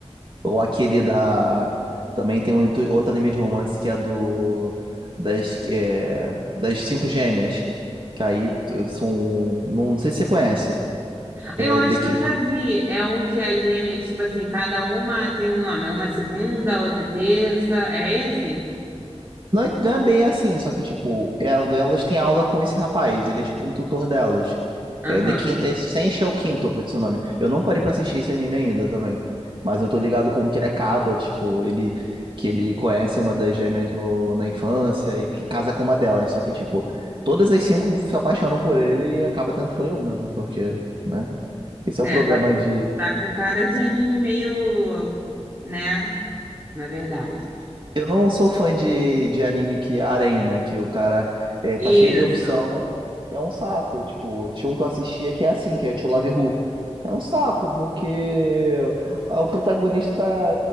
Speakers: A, on the right; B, on the right.
A: Ou aquele da. Também tem muito- outro anime de romance que é do. Das, é, das cinco gêmeas. Que aí t- são. Não sei se você conhece. É
B: Eu acho
A: The, Ki-
B: que eu já vi. É um que as gêmeas, tipo assim, cada uma tem um nome. Uma é segunda, outra é terça. É esse?
A: Não é, não é bem assim, só que, tipo, el- elas têm aula com esse rapaz, ele é tipo um tutor delas.
B: Aham.
A: É The Quintessential Quintuple, esse é o nome. Eu não parei pra assistir esse anime ainda também, mas eu tô ligado como que ele acaba, tipo, ele que ele conhece uma das gêmeas no, na infância e que casa com uma delas, só que, tipo, todas as cinco se apaixonam por ele e acaba tendo que escolher uma, né? Porque, né? Esse é
B: É,
A: o problema
B: tá,
A: de
B: tá com cara de anime meio, né? Na verdade.
A: Eu não sou fã de, de anime que é harém, né? Que o cara é, tá
B: Isso.
A: cheio de opção. É um saco. Tipo, tinha um que eu assistia que é assim, que é To Love Who. É um saco, porque a- o protagonista. tá,